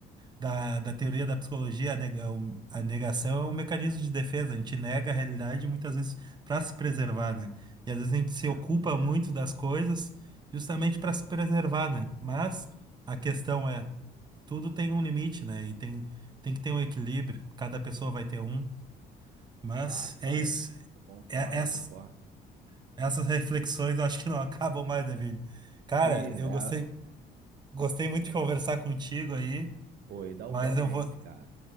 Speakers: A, on the right (about 25°); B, on the right (about 65°).
A: da, da teoria da psicologia, a nega- o- a negação é um mecanismo de defesa. A gente nega a realidade muitas vezes para se preservar, né? E às vezes a gente se
B: é,
A: ocupa
B: é.
A: muito das coisas justamente para se preservar, né? Mas a questão é. tudo tem um limite, né? E tem, tem que ter um equilíbrio, cada pessoa vai ter um. Mas
B: Claro, claro.
A: é isso.
B: é po- eu concordo,
A: É- ess-
B: eu concordo.
A: essas reflexões eu acho que não <laughs> acabam mais, Devine. Cara,
B: Ih, é.
A: eu gostei, gostei muito de conversar contigo aí,
B: Oi, dá
A: mas
B: igualmente,
A: eu vou.
B: cara.